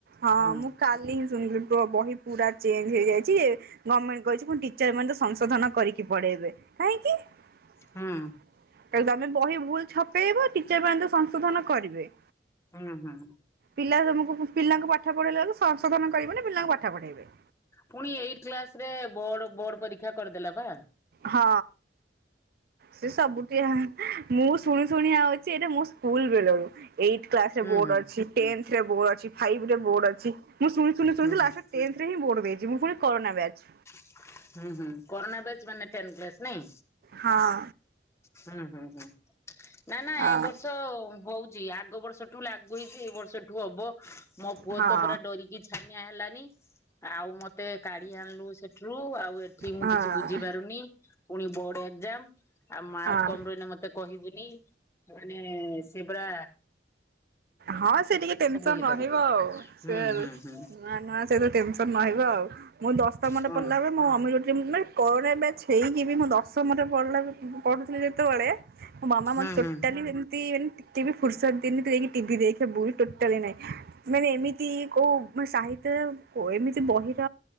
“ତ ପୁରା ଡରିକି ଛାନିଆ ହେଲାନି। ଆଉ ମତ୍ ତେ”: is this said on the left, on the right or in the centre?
Left